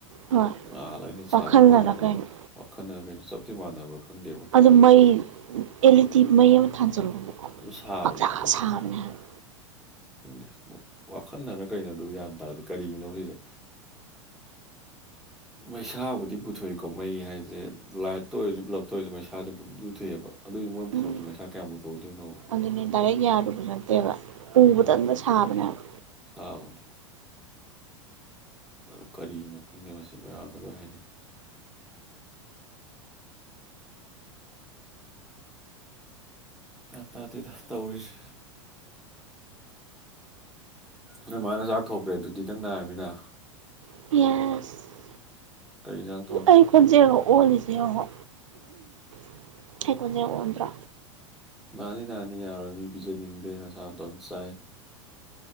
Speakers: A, on the right; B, in the centre.
A: ꯍꯣꯏ
B: ꯉꯥꯜꯂꯒꯅ
A: ꯋꯥꯈꯜꯅꯔ
B: ꯁꯥꯗꯣꯏ ꯃꯥꯜꯂꯤꯀꯣ
A: ꯀꯩꯅꯣ
B: ꯋꯥꯈꯟꯅꯔ ꯀꯩꯅꯣ ꯆꯞꯇꯤ ꯃꯥꯟꯅꯕ꯭ꯔꯥ ꯈꯪꯗꯦꯕ
A: ꯑꯗꯨ ꯃꯩ ꯑꯦꯜ ꯏ ꯗꯤ ꯃꯩ ꯑꯃ ꯊꯥꯟꯖꯜꯂꯨꯕꯀꯣ
B: ꯑꯗꯨ ꯁꯥꯕꯅꯦ
A: ꯈꯪꯁꯥ
B: ꯑꯗꯨꯁꯨ
A: ꯁꯥꯕꯅꯦ ꯍꯥꯏꯕ
B: ꯈꯪꯗꯦ ꯋꯥꯈꯜꯅꯔ ꯀꯩꯅꯣ ꯑꯗꯨ ꯒꯌꯥꯟ ꯇꯥꯗ‌ꯦ ꯀꯔꯤꯒꯤꯅꯣ ꯁꯤꯁꯦ ꯃꯩꯁꯥꯕꯨꯗꯤ ꯄꯨꯊꯣꯛꯏꯀꯣ ꯃꯩ ꯍꯥꯏꯁꯦ ꯂꯥꯏꯠꯇ ꯑꯣꯏꯔꯁꯨ ꯕ꯭ꯂꯞꯇ ꯑꯣꯏꯔꯁꯨ ꯃꯩꯁꯥꯁꯦ ꯄꯨꯗꯤ ꯄꯨꯊꯣꯛꯑꯦꯕ ꯑꯗꯨꯏꯁꯨ ꯃꯣꯏ ꯄꯨꯊꯣꯛꯇꯅ
A: ꯎꯝ
B: ꯃꯩꯁꯥ ꯀꯌꯥꯝ ꯄꯨꯊꯣꯛꯊ‌ꯣꯏꯅꯣꯕ
A: ꯑꯗꯨꯅꯦ ꯗꯥꯏꯔꯦꯛ ꯌꯥꯔꯨꯕ ꯅꯠꯇꯦꯕ ꯎꯕ
B: ꯑꯗꯨꯅꯦ
A: ꯇꯪꯗ ꯁꯥꯕꯅꯦꯕ
B: ꯁꯥꯕꯅꯤ ꯑꯗꯨ ꯀꯔꯤꯒꯤꯅꯣ ꯈꯪꯗꯦ ꯃꯁꯤ ꯃꯌꯥꯝꯅ ꯂꯣꯏ ꯍꯥꯏꯅꯩ ꯒ꯭ꯌꯥꯟ ꯇꯥꯗꯦꯗ ꯇꯧꯔꯤꯁꯦ ꯅ‌ꯣꯏ ꯃꯥꯅ ꯆꯥꯛ ꯊꯣꯛꯈ꯭ꯔꯦ ꯑꯗꯨꯗꯤ ꯅꯪ ꯅꯥꯔꯕꯅꯤꯅ
A: <unintelligible>
B: ꯀꯔꯤ ꯌꯦꯟꯖꯥꯡ
A: ꯑꯩ ꯈꯣꯟꯖꯦꯜꯒ ꯑꯣꯜꯂꯤꯁꯦ ꯌꯦꯡꯉꯣ <unintelligible> ꯑꯩ ꯈꯣꯟꯖꯦꯜ ꯑꯣꯟꯗ꯭ꯔꯣ
B: ꯅꯥꯅꯤ ꯅꯥꯅꯤ ꯌꯥꯔꯣꯏ ꯃꯤ ꯄꯤꯖꯅꯤꯡꯗꯦ ꯅꯁꯥ ꯇꯣꯝ ꯆꯥꯏ